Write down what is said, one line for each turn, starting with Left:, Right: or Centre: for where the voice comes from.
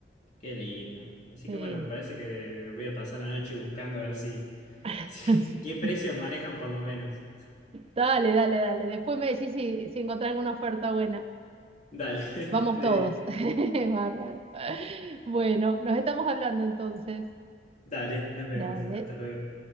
Left: qué lindo. Así
Right: Sí.
Left: que bueno, me parece que voy a pasar la noche buscando a ver si, <laughs> si
Right: <laughs>
Left: qué precios manejan por lo menos.
Right: Dale, dale, dale. Después me decís si, si encontrás alguna oferta buena.
Left: Dale, <laughs>
Right: Vamos
Left: de
Right: todos.
Left: diez
Right: <laughs> Bárbaro. Bueno, nos estamos hablando entonces.
Left: Dale, nos vemos.
Right: Dale.
Left: Hasta luego.